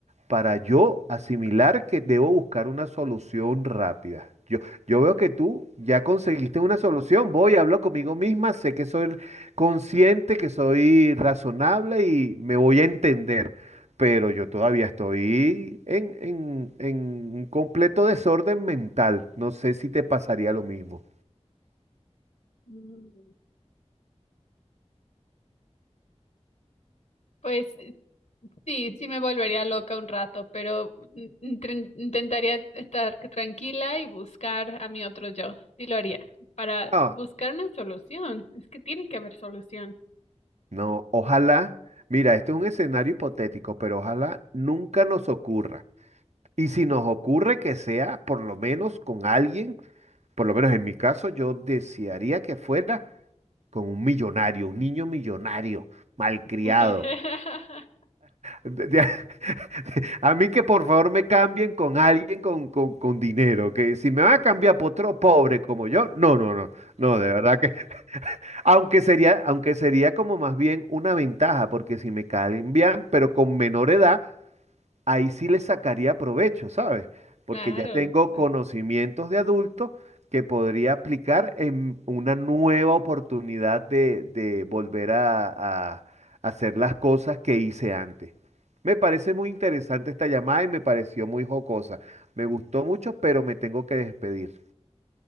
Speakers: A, on the right (about 70°); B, on the left (about 75°).
A: para yo asimilar que debo buscar una solución rápida. Yo, yo veo que tú ya conseguiste una solución, voy, hablo conmigo misma, sé que soy consciente, que soy razonable y me voy a entender, pero yo todavía estoy en, en, en un completo desorden mental. No sé si te pasaría lo mismo.
B: Mm, Pues sí, sí me volvería loca un rato, pero in- inten- intentaría estar tranquila y buscar a mi otro yo, sí lo haría, para
A: No,
B: buscar una solución, es que tiene que haber solución.
A: no, ojalá, mira, esto es un escenario hipotético, pero ojalá nunca nos ocurra Y si nos ocurre que sea, por lo menos con alguien, por lo menos en mi caso, yo desearía que fuera con un millonario, un niño millonario, malcriado.
B: <laughs>
A: De- de- <laughs> a mí que por favor me cambien con alguien con, con- con dinero, que si me van a cambiar por otro pobre como yo, no, no, no, no, de verdad que, aunque sería, aunque sería como más bien una ventaja, porque si me cambian, pero con menor edad, ahí sí le sacaría provecho, ¿sabes?
B: Claro,
A: Porque ya tengo
B: claro.
A: conocimientos de adulto que podría aplicar en una nueva oportunidad de, de volver a, a hacer las cosas que hice antes. Me parece muy interesante esta llamada y me pareció muy jocosa. Me gustó mucho, pero me tengo que despedir.